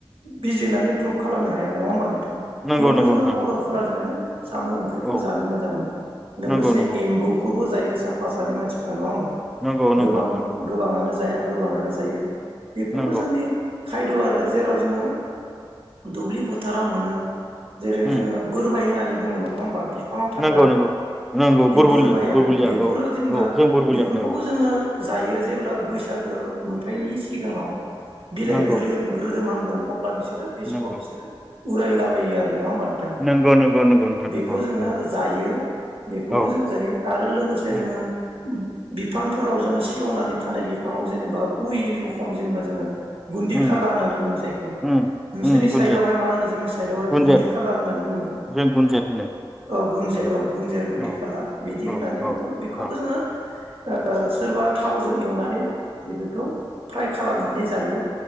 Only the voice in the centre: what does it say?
नंगौ नंगौ
नोंथां
नंगौ नोंथां नंगौ
औ
नंगौ नंगौ नोंथां
नंगौ
नंगौ नोंथां नंगौ
नंगौ
उम
नंगौ नंगौ नंगौ
बुरबुलि
बुरबुलिया
औ
औ जों बुरबुलिया
होनो औ
नंगौ
नंगौ
नंगौ नंगौ नंगौ नोंथां
नंगौ
नंगौ
औ
उम
उम
उम
उम गुनजेत
गुनजेत
जों गुनजेत होनो
औ
औ
औ
औ